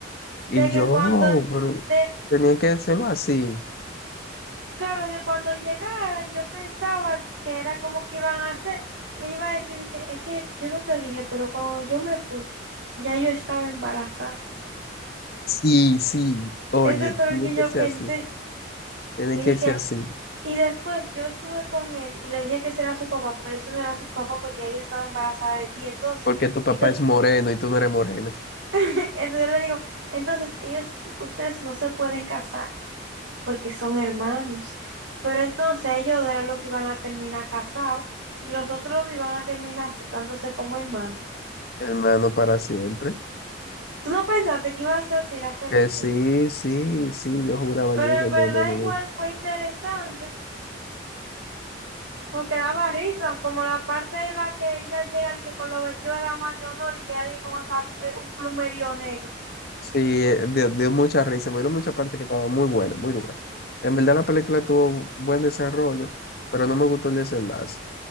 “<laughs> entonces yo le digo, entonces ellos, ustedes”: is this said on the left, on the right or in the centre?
Right